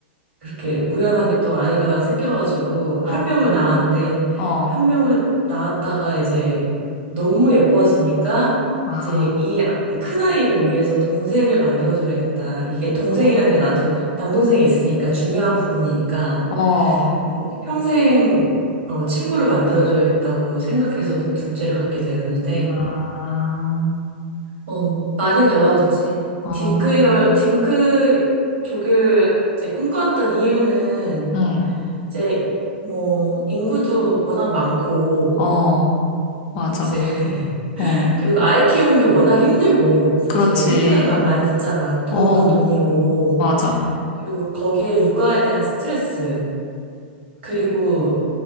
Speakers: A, on the right (about 75°); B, on the left (about 50°).
A: 그렇게 우연하게 또 아이가 생겨가지고 한
B: 어,
A: 명을 낳았는데
B: 어,
A: 한 명을 낳았다가 이제 너무 예뻐지니까
B: 아,
A: 이제 이 큰 아이를 위해서 동생을 만들어줘야겠다. 이게 동생이란
B: 어,
A: 게 나도 남동생이 있으니까 중요한 부분이니까
B: 어,
A: 음, 평생 어, 친구를 만들어줘야겠다고 생각해서 또 둘째를 갖게 되었는데
B: 아,
A: 어, 많이 달라졌지.
B: 어.
A: 딩크열 딩크 족을 이제 꿈꿔왔던 이유는
B: 응.
A: 이제 뭐 인구도 워낙 많고
B: 어, 맞아.
A: 그치
B: 어,
A: <laughs> 그리고 아이 키우는 게 워낙 힘들고 사실
B: 그렇지.
A: 힘들다는 말 많이 듣잖아 돈도
B: 어,
A: 돈이고
B: 맞아.
A: 그리고 거기에 육아에 대한 스트레스 그리고